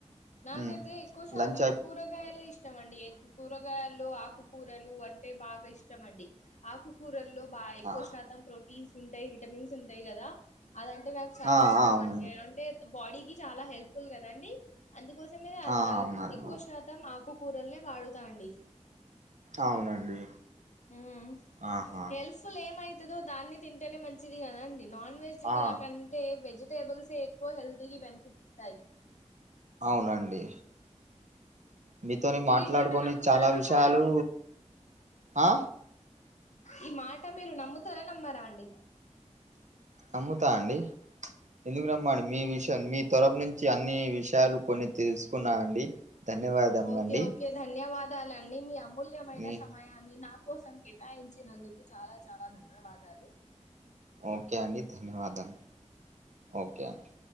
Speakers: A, on the left; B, on the right.
A: నాకైతే
B: ఉమ్
A: ఎక్కువ శాతం
B: లంచ్ అయిపో
A: కూరగాయల్ ఇస్ట్ ఇష్టమండి ఏక్ కూరగాయలల్లో ఆకుకూరలు అంటే బాగా ఇష్టం అండి ఆకుకూరల్లో బా ఎక్కువ
B: ఆ
A: శాతం ప్రోటీన్స్ ఉంటాయి విటమిన్స్ ఉంటాయి కదా అదంటే నాకు చాలా
B: ఆ
A: ఇష్టం
B: అవునండి
A: అండి అంటే బాడీకిి చాలా హెల్ ఫుల్ కదాండి అందుకోసమే అదద్
B: ఆ అవునండి
A: ఎక్కువ శాతం ఆకు కూరల్నే వాడుతాండి
B: అవునండి
A: ఉమ్మ్
B: ఆహా
A: హెల్ ఫుల్ ఏమయిత్ ఇతదో దాన్ని తింటేనే మంచిది కదా అండి నాన్ వెజింగ్లా
B: ఆ
A: కంటే వెజిటేబుల్స్ హే ఎక్కువ హెల్తీకి బెనిఫిట్స్ ఇస్తాయి
B: అవునండి మీతోని
A: మీరు
B: మాట్లాడుకొని
A: ఈ మాట నమ్ముతారా
B: చాలా
A: నమ్మరా
B: విషయాలు
A: అండి
B: ఆ
A: ఈ మాట మీరు నమ్ముతారా నమ్మారా అండి
B: నమ్ముతా అండి ఎందుకు నమ్మండి మీ విషయం మీ త్వరఫ నుంచి అన్ని విషయాలు కొన్ని తెలుసుకున్నా అండి ధన్యవాదములండి
A: ఓకే ఓకే ధన్యవాద దాలండి మీ అమ్ మూల్యమైన
B: మీ
A: సమయాన్ని నా కోసం కేటాయించినందుకు చాలా చాలా ధన్యవాదాలు
B: ఓకే అండి ధన్యవాద ఓకే అడి